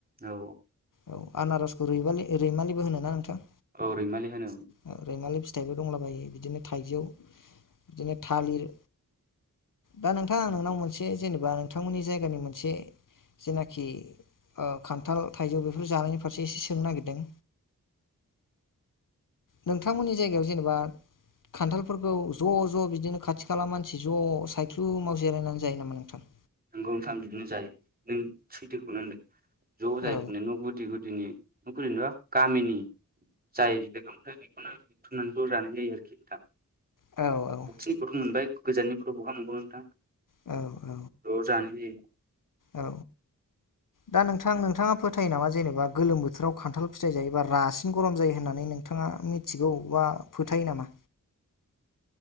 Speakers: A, on the right; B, on the left.
A: औ
B: औ आनारसखौ रालि रैमालिबो होनो ना नोंथां
A: औ रैमालि होनो
B: औ रैमालि फिथाइबो दंलाबायो बिदिनो थाइजौ बिदिनो थालिर दा नोंथाङां नोंनाव मोनसे जेनेबा नोंथांमोननि जायगानि मोनसे जेनाखि खान खान्थाल थाइजौ बेफोर जानायनि फारसे एसे सोंनो नागिरदों नोंथांमोननि जायगायाव जेनेबा खान्थालफोरखौ ज' ज' बिदिनो खाथि खाला मानसि ज' सायख्लुमाव जिरायनानै जायो नामा नोंथां
A: नोंगौ नोंथां बिदिनो जायो नों सैथोखौनो होनदों ज'
B: औ
A: जायो बिदिनो न' गुदि गुदिनि नख कामिनि जाय ओमफ्राय बेखौनो दिथनानै रानाय जायो आरोखि नोंथां
B: औ औ
A: खाथिनिखौथ' मोनबाय गोजाननिखौथ' बहा मोनबावोन नोंथां
B: औ औ
A: ज' जानाय जायो
B: औ दा नोंथां नोंथाङा फोथायो नामा जेनेबा गोलोम बोथोराव खान्थाल फिथाइ जायो बा रासिन गरम जायो होननानै नोंथाङा मिथिगौ बा फोथायो नामा?